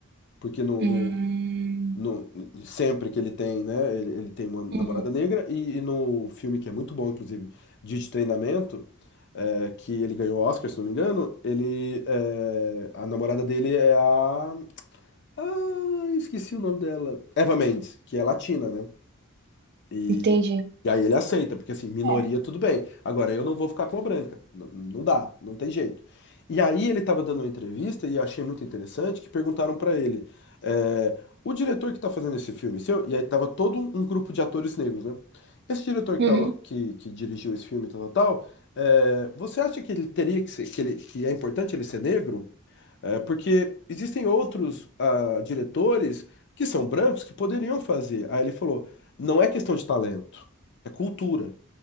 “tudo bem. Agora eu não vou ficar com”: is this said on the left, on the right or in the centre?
Left